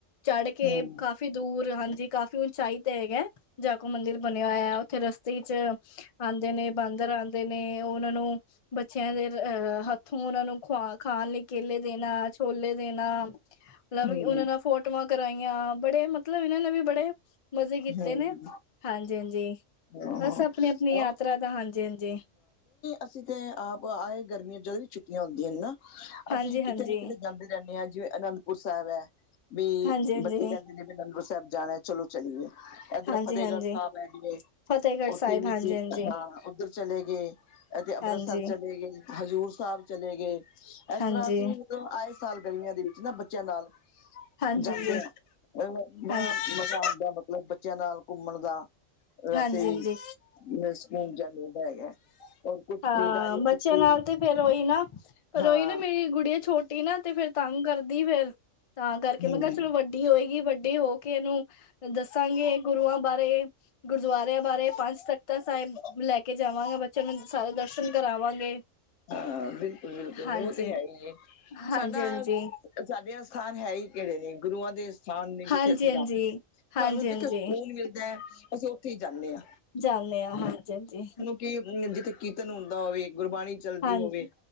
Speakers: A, on the left; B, on the left.
A: ਚੜ ਕੇ
B: ਹੂੰ
A: ਕਾਫ਼ੀ ਦੂਰ ਹਾਂਜੀ, ਕਾਫ਼ੀ ਉਂਚਾਈ ਤੇ ਹੈਗਾ ਜਾਕੋੋ ਮੰਦਿਰ ਬਨੇਆ ਹੋਇਆ, ੳਥੇ ਰਸਤੇ ਚ ਆਂਦੇ ਨੇ ਬਾਂਦਰ ਆਂਦ ਦੇ ਨੇ, ੳਨਾ ਨੂੰ ਬੱਚਿਆਂ ਦੇ ਅਰ ਰ ਹੱਥ ਥੋਂ ੳਨਾ ਨੂੰ ਖੁਆ ਖਾਣ ਲਈ ਕੇਲੇ ਦੇਨਾ, ਛੋਲੇ ਦੇਨਾ
B: ਹੂੰ
A: ਲ਼ੈ ਵੀ ੳਨਾਂ ਨਾਲ ਫੋਟੋਆਂ ਕਰਾਈਆਂ, ਬੜੇ ਮਤਲਬ ਏਨਾਂ ਨੇ ਵੀ ਬੜੇ ਮਜ਼ੇ ਕੀਤੇ
B: ਹੂੰ
A: ਨੇ।
B: ਹਾਂ
A: ਹਾਂਜੀ ਹਾਂਜੀ,
B: ਹਾਂ
A: ਬਸ ਅਪਣੀ- ਅਪਣੀ ਯਾਤਰਾ ਦਾ ਹਾਂਜੀ ਹਾਂਜੀ
B: ਅਸੀ ਤੇ ਆਪ ਆਏ ਗਰਮੀਆਂ ਚ ਜਦੋਂ ਵੀ ਛੁੱਟੀਆਂ ਹੁੰਦੀਆਂ ਨੇ ਨਾ
A: ਹਾਂਜੀ
B: ਅਸੀ
A: ਹਾਂਜੀ
B: ਕਿਤੇ
A: ਹਾਂਜੀ
B: ਨਾ ਕਿਤੇ ਜਾਂਦੇ ਰਹਨੇ ਆ, ਜਿਵੇਂ ਅਨੰਦਪੁਰ ਸਾਹਿਬ ਹੈ। ਵੀ
A: ਹਾਂਜੀ
B: ਬੱਚੇ
A: ਹਾਂਜੀ
B: ਕਹੰਦੇ ਨੇ ਵੀ ਅਨੰਦਪੁਰ ਸਾਹੇਬ ਜਾਨਾ, ਚਲੋ ਚਲੀਏ। ਇੱਧਰ
A: ਹਾਂਜੀ
B: ਫਤਿਹਗੜ੍ਹ
A: ਹਾਂਜੀ
B: ਸਾਹਿਬ ਐਂਜ ਏ।
A: ਫਤਿਹਗੜ੍ਹ
B: ਉੱਥੇ
A: ਸਾਹਿਬ
B: ਵੀ
A: ਹਾਂਜੀ
B: ਅਸੀਂ ਹਾਂ
A: ਹਾਂਜੀ
B: ਉੱਧਰ ਚਲੇ ਗਏ ਅਤੇ ਅੰਮ੍ਰਿਤਸਰ
A: ਹਾਂਜੀ
B: ਚਲੇ ਗਏ। ਹਜ਼ੂਰ ਸਾਹਿਬ ਚਲੇ ਗਏ ਇਸ
A: ਹਾਂਜੀ
B: ਤਰ੍ਹਾਂ ਅਸੀਂ ਤੋ ਆਏ ਸਾਲ ਗਰਮੀਆਂ ਦੇ ਵਿੱਚ ਨਾ ਬੱਚਿਆਂ ਨਾਲ
A: ਹਾਂਜੀ
B: ਜਾਂਦੇ
A: ਜੀ
B: ਆ ਬੜਾ
A: ਹਾਂਜੀ
B: ਮਤਬ ਦਾ ਮਤਲਬ ਬੱਚਿਆਂ ਨਾਲ ਘੁੰਮਣ ਦਾ ਵੈਸੇ
A: ਹਾਂਜੀ
B: ਵੀ
A: ਜੀ
B: ਸਕੂਨ ਜਾ ਮਿਲਦਾ ਹੈਗਾ ਔਰ ਕੁਛ
A: ਹਾਂ
B: ਖਰੀਦਦਾਰੀ
A: ਬੱਚਿਆਂ
B: ਕੀਤੀ
A: ਨਾਲ ਤੇ ਫਿਰ ਉਹੀ ਨਾ ਪਰ
B: ਹਾਂ
A: ਉਹੀ ਨਾ ਮੇਰੀ ਗੁੜੀਆਂ ਛੋਟੀ ਨਾ ਤੇ ਫਿਰ ਤੰਗ ਕਰਦੀ ਫਿਰ ਤਾਂ ਕਰਕੇ
B: ਹਮ
A: ਮੈਂ ਕਿਆ ਚਲੋ ਵੱ ਵੱਡੀ ਹੋਏਗੀ ਵੱਡੀ ਹੋ ਕੇ ਇਹਨੂੰ ਦੱਸਾਂਗੇ ਗੁਰੂਆਂ ਬਾਰੇ ਗੁਰਦੁਆਰਿਆਂ ਬਾਰੇ ਪੰਜ ਤਖ਼ਤਾਂ ਸਾਹਿਬ ਲੈ ਕੇ ਜਾਵਾਂਗੇ ਬੱਚਿਆਂ ਨੂੰ ਸਾਰੇ ਦਰਸ਼ਨ ਕਰਾਵਾਂਗੇ।
B: ਹਾਂ ਬਿਲਕੁਲ-ਬਿਲਕੁਲ
A: ਹਾਂਜੀ,
B: ਓ ਤੇ ਹੈ ਈ ਏ
A: ਹਾਂਜੀ-ਹਾਂਜੀ।
B: ਸਾਡਾ ਸਾਡੀਆਂ ਸਥਾਨ ਹੈ ਹੀ ਕੇੜੇ ਨੇ ਗੁਰੂਆਂ ਦੇ ਸਥਾਨ ਨੇ
A: ਹਾਂਜੀ-ਹਾਂਜੀ,
B: ਜਿੱਥੇ ਅਸੀਂ ਜਾਣਾ
A: ਹਾਂਜੀ-ਹਾਂਜੀ।
B: ਸਾਨੂੰ ਜਿੱਥੇ ਸਕੂਨ ਮਿਲਦਾ। ਅਸੀਂ ਉੱਥੇ ਹੀ ਜਾਂਣੇ ਆਂ।
A: ਜਾਂਣੇ ਆਂ ਹਾਂਜੀ-ਹਾਂਜੀ।
B: ਕਿ ਜਿੱਥੇ ਕੀਰਤਨ ਹੁੰਦਾ ਹੋਵੇ ਗੁਰਬਾਣੀ ਚੱਲਦੀ
A: ਹਨ
B: ਹੋਵੇ